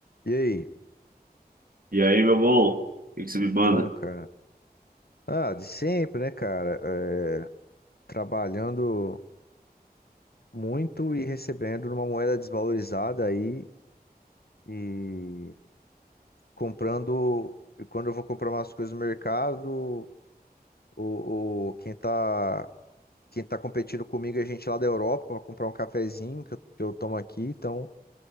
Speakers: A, on the left (about 70°); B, on the right (about 60°).
A: E aí?
B: E aí, meu bom, o que que você
A: Então,
B: me manda?
A: cara. Ah, de sempre, né, cara? É, trabalhando muito e recebendo numa moeda desvalorizada aí e comprando. E quando eu vou comprar umas coisas no mercado, o, o- quem tá, quem tá competindo comigo é gente lá da Europa para comprar um cafezinho que eu, que eu tomo aqui. Então,